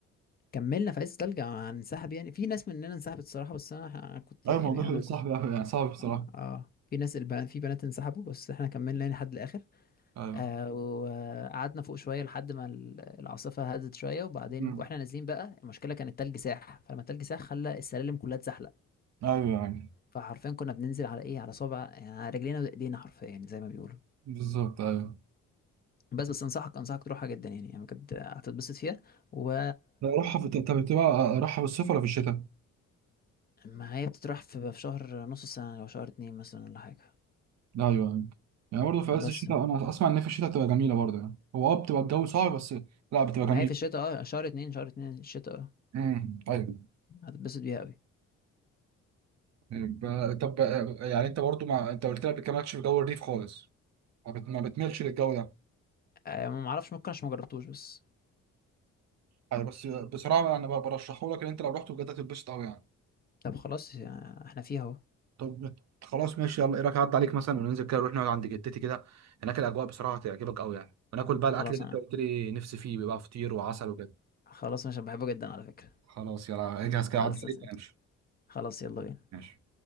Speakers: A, on the left; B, on the right.
A: كملنا في عز التلج هننسحب يعني في ناس مننا انسحبت الصراحه بس انا كنت
B: ايوه
A: يعني
B: الموضوع
A: انا
B: صعب
A: كنت
B: أوي يعني صعب بصراحة
A: اه آه. في ناس البنات في بنات انسحبوا بس احنا كملنا يعني لحد الاخر
B: ايوه
A: آه وقعدنا فوق شويه لحد ما ال- العاصفه هدت شويه وبعدين
B: مم.
A: واحنا نازلين بقى المشكله كان التلج ساح فلما التلج ساح خلى السلالم كلها اتزحلق
B: ايوه يعني
A: فحرفيا كنا بننزل على ايه على صابع يعني على رجلينا وايدينا حرفيا يعني زي ما بيقولوا
B: بالظبط ايوه
A: بس بس انصحك انصحك تروحها جدا يعني يعني بجد هتتبسط فيها و
B: لا، راحة في طب بتبقى راحة في الصيف ولا في الشتاء؟
A: ما هي بتتراح في في شهر نص السنة لو شهر اتنين مثلا ولا حاجة
B: لا ايوه يعني يعني برضه في عز
A: بس
B: الشتاء انا اسمع ان في الشتاء بتبقى جميلة برضه يعني هو اه بتبقى الجو صعب بس لا بتبقى
A: ما
B: جميلة
A: هي في الشتاء اه شهر اتنين شهر اتنين الشتاء اه
B: امم ايوه
A: هتتبسط بيها قوي
B: ب- طب يعني انت برضه مع... انت قلت لك ما بتكملش في جو الريف خالص ما, بت... ما بتميلش للجو ده
A: آه ما معرفش ممكن عشان ما جربتوش بس
B: يعني بس بصراحه انا بقى برشحه لك ان انت لو رحت بجد هتتبسط قوي يعني
A: طب خلاص يا- احنا فيها اهو
B: طب خلاص ماشي يلا ايه رايك اعدي عليك مثلا وننزل كده نروح نقعد عند جدتي كده هناك الاجواء بصراحه هتعجبك قوي يعني وناكل بقى
A: خلاص
B: الاكل اللي
A: انا
B: انت قلت لي نفسي فيه بيبقى فطير وعسل وكده
A: خلاص انا عشان بحبه جدا على فكرة
B: خلاص يلا اجهز
A: خلاص
B: كده عدى عليك ونمشي
A: خلاص يلا بينا
B: ماشي